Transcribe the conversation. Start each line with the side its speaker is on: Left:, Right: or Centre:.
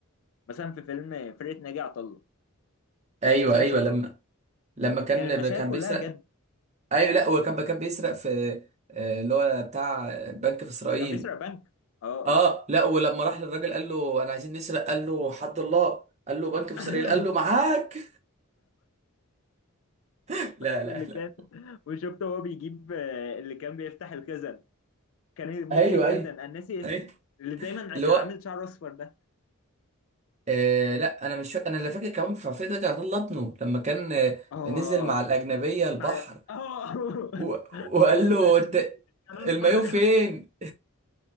Left: مثلا في فيلم فرقة ناجي عطا الله
Right: ايوه
Left: آه، مسلسل
Right: ايوه لما
Left: قصدي
Right: لما كان
Left: كان المشاهد
Right: كان
Left: كلها
Right: بيسرق
Left: جد
Right: ايوه لا هو كان كان بيسرق في آه، اللي هو بتاع بنك في اسرائيل
Left: كان بيسرق بنك اه
Right: اه
Left: اه
Right: لا ولما راح للراجل قال له انا عايزين نسرق قال له حد الله قال له بنك في
Left: اه
Right: اسرائيل قال له
Left: <laughs>
Right: معاك <laughs> لا
Left: واللي
Right: لا
Left: كان
Right: لا
Left: <laughs> وشفته وهو بيجيب آه، اللي كان بيفتح الخزن كان مضحك
Right: ايوه
Left: جدا
Right: ايوه
Left: انا ناسي اسمه
Right: ايوه
Left: اللي دايما
Right: اللي
Left: كان
Right: هو
Left: عامل شعر اصفر ده
Right: آه لا انا مش فاكر انا اللي فاكر كمان في عفريت رجع طلع ابنه لما كان آه،
Left: اه
Right: نزل مع الاجنبيه البحر
Left: مع اه <laughs>
Right: و... وقال
Left: هو ايه اللي
Right: له
Left: غير
Right: انت
Left: المليون كان اصفر
Right: المايو فين